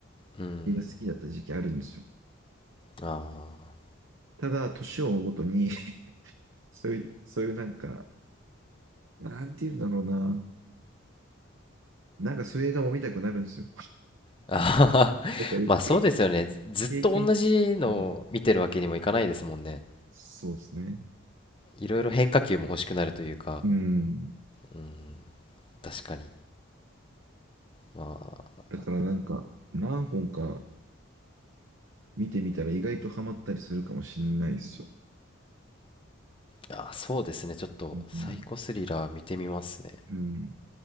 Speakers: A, on the left; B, on the right.
A: うん。
B: 映画好きだった時期あるんですよ。
A: あ
B: ただ、年を追うごとに <laughs> そういう、そういうなんか、なんて言うんだろうな。なんかそういう映画も見たくなるんですよ。
A: あ。あはは。<laughs>
B: だから一回
A: まあそうですよね。ずずっと同じのを見てるわけにもいかないですもんね。
B: 経験して、うん、そうですね。
A: いろいろ変化球も欲しくなるというか。
B: うん。
A: うん。確かに。まあ。
B: だからなんか、何本か見てみたら意外とハマったりするかもしんないですよ。
A: あ、そうですね。ちょっとサイコスリラー見てみますね。
B: うんうん。